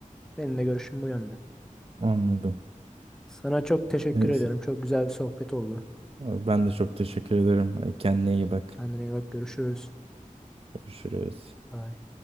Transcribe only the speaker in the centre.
benim de görüşüm bu yönde.
Sana çok teşekkür
ediyorum. Çok güzel bir sohbet oldu.
Kendine iyi bak. Görüşürüz.
Bye.